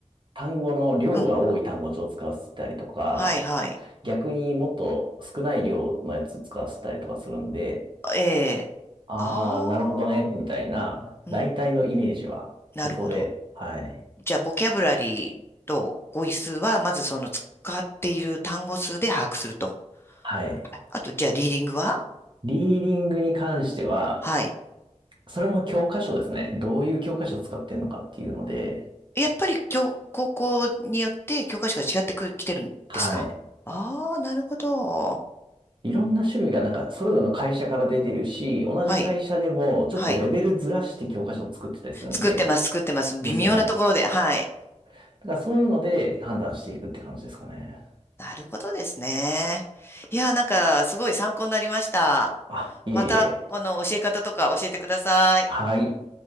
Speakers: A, on the right; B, on the left.
A: 単語の量が多い単語帳を使わせたりとか、
B: ええ。うん。はい、はい。
A: 逆にもっと少ない量のやつ使わせたりとかするんで、
B: ええ。
A: あー、
B: ああ、
A: なるほどね、みたいな、
B: うん。
A: 大体のイメージは、
B: なるほど。
A: そこで、はい。
B: じゃあ、ボキャブラリーと語彙数は、まずその使っている単語数で把握すると。
A: はい。
B: はいあと、じゃあ、リーディングは
A: リーディングに関しては、
B: はい。
A: それも教科書ですね。どういう教科書を使ってるのかっていうので、
B: やっぱり教、高校によって教科書が違ってく、きてるんですかああー、
A: はい。
B: なるほど。
A: いろんな種類が、なんか、それぞれの会社から出てるし、同じ会社でも、
B: はい、
A: ちょっとレベルずらして教科書を作ってたりするんで、
B: はい。作ってます、作ってます。微妙なところで、
A: ですよね。
B: はい。
A: だからそういうので判断していくって感じですかね。
B: なるほどですね。いや、なんか、すごい参考になりました。
A: あ、いえいえ。
B: また、あの、教え方とか教えてください。
A: はい。